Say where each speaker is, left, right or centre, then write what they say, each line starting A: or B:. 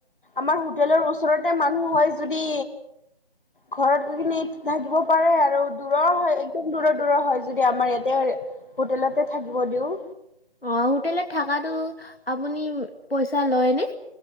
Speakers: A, on the left; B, on the left.
A: আমাৰ হোটেলৰ ওচৰতে ম মানুহ হয় যদি ঘৰত গৈ কিনে থাকিব পাৰে আৰু দূৰৰ হয় একদম দূৰত। <unintelligible> হয় যদি আমাৰ ইয়াতে হোটেলতে থাকিব দিওঁ।
B: অ হোটেলত থকাতো আপুনি পইচা লয় নে?